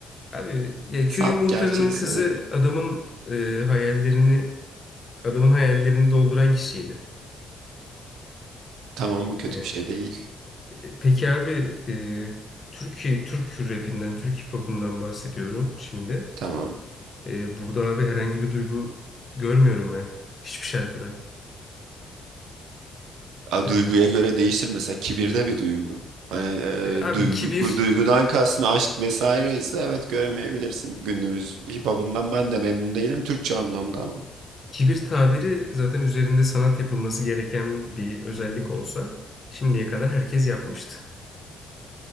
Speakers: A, on the left; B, on the right.
A: Abi ya
B: Salt
A: köyün muhtarının
B: gerçeği
A: kızı
B: söyledim.
A: adamın e, hayallerini adamın hayallerini dolduran kişiydi.
B: Tamam bu kötü
A: Yani
B: bir şey değil.
A: E, Peki abi e, Türkiye Türk rapinden, Türk hip hop'undan bahsediyorum şimdi.
B: Tamam.
A: E, burada abi herhangi bir duygu görmüyorum ben hiçbir şarkıda.
B: A,
A: E,
B: duyguya göre değişir mesela kibir de bir duygu. Hani
A: e, abi
B: e, duygu,
A: kibir
B: duygudan kastın aşk vesaire ise evet göremeyebilirsin. Günümüz hip hop'undan ben de memnun değilim Türkçe anlamda ama.
A: kibir tabiri zaten üzerinde sanat yapılması gereken bir özellik olsa şimdiye kadar herkes yapmıştı.